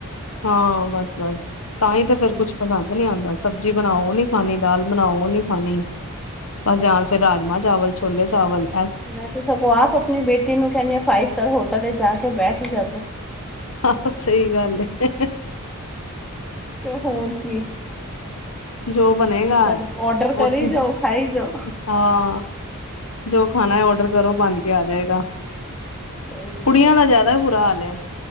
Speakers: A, on the left; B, in the centre.
A: ਹਾਂ, ਬਸ-ਬਸ। ਤਾਂ ਹੀ, ਤਾਂ ਫੇਰ ਕੁਛ ਪਸੰਦ ਨੀ ਆਂਦਾ, ਸਬਜ਼ੀ ਬਣਾਓ ਓ ਨੀ ਖਾਣੀ, ਦਾਲ ਬਣਾਓ ਨੀ ਖਾਣੀ ਬਸ ਯਾ ਫਿਰ ਰਾਜਮਾਂ-ਚਾਵਲ, ਛੋਲੇ-ਚਾਵਲ।
B: ਮੈਂ ਤੇ ਸਗੋਂ ਆਪ ਬੇਟੀ ਨੂੰ ਕਹਿੰਨੀ ਆਂ, ਫਾਈਵ-ਸਟਾਰ ਹੋਟਲ ਤੇ ਜਾਕੇ ਬੈਠ ਜਾ ਤੂ।
A: ਹਾਂ, ਸਹੀ ਗੱਲ ਏ‌।
B: ਤੇ ਹੋਰ ਕੀ,
A: ਜੋ ਬਣੇਗਾ
B: ਉੱਧਰ ਔਡਰ ਕਰੀ
A: ਉੱਥੇ
B: ਜਾਓ, ਖਾਈ ਜਾਓ।
A: ਹਾਂ। ਜੋ ਖਾਣਾ ਹੈ, ਔਡਰ ਕਰੋ ਬੰਨਕੇ ਆ ਜਾਏਗਾ।
B: ਸਹੀ
A: ਕੁੜੀਆਂ
B: ਹੈ
A: ਦਾ ਜ਼ਿਆਦਾ ਬੁਰਾ ਹਾਲ ਏ।